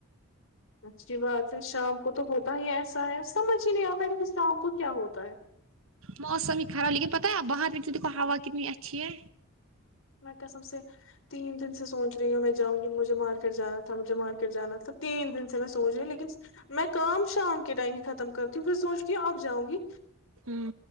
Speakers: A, on the left (about 70°); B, on the right (about 75°).
A: اچھی بات ہے شام کو تو ہوتا ہی ایسا ہے سمجھ ہی نہیں آتا کہ شام کو کیا ہوتا ہے
B: موسم ہی خراب لیکن پتا ہے باہر میں دیکھو ہوا کتنی اچھی ہے
A: میںسم سے تین دن سے سوچ رہی ہوں میں جاؤں گی مجھے مارکیٹ جانا تھا مجھے مارکیٹ جانا تھا تین دن سے میں سوچ رہی ہوں لیکن میں کام شام کے ٹائم ہی ختم کرتی ہوں پ سوچ کےوں ا جؤں گی
B: ہوں